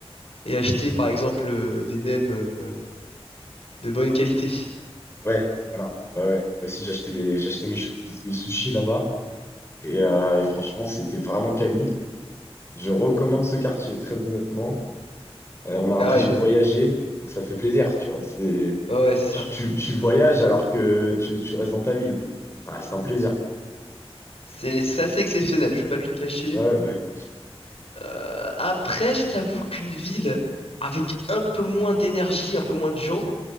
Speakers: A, on the left; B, on the left.
A: et acheter, par exemple, euh, des nems euh, de bonne qualité.
B: ouais, voilà. Ouais, ouais. Moi aussi, j'ai acheté mes, j'ai acheté mes, chou- mes sushis là-bas et, euh, et franchement, c'était vraiment quali. Je recommande ce quartier, très honnêtement. Euh, on a l'impression
A: Ah ouais,
B: de voyager, donc ça fait plaisir, tu vois. C'est,
A: ouais, ouais, c'est ça.
B: tu, tu, tu voyages alors que tu, tu restes dans ta ville, quoi. Ça reste un plaisir.
A: C'est c'est assez exceptionnel, je vais pas te le cacher.
B: Ouais, ouais.
A: Euh, après, je t'avoue qu'une ville avec un peu moins d'énergie, un peu moins de gens,